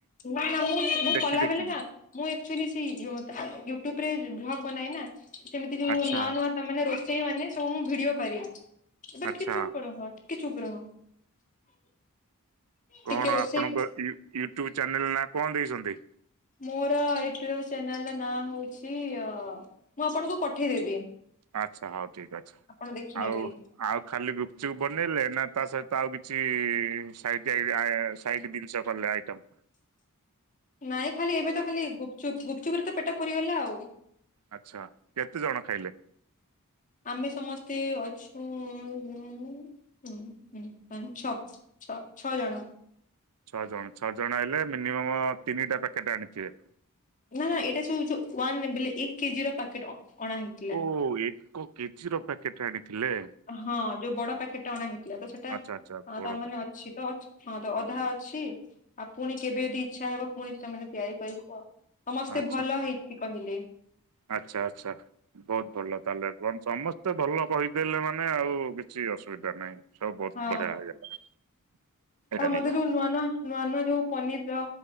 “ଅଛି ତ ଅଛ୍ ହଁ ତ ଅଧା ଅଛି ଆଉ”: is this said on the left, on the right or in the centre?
Left